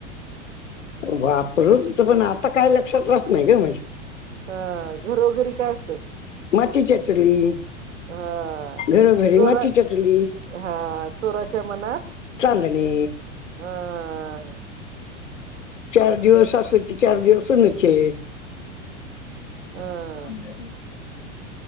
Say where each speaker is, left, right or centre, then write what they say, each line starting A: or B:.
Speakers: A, on the left; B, on the right.
A: वापरत पण होतु पन आता काय लक्षात राहत नाही गं म्हजे.
B: ता घरोघरी काय असतय
A: मातीच्या चुली
B: हा
A: घरोघरी
B: चोरा
A: मातीच्या चुली
B: हा चोराच्या मनात
A: चांदने.
B: हं!
A: चार दिवस सासूचे चार दिवस सुनेचे.
B: हा!
A: <unintelligible>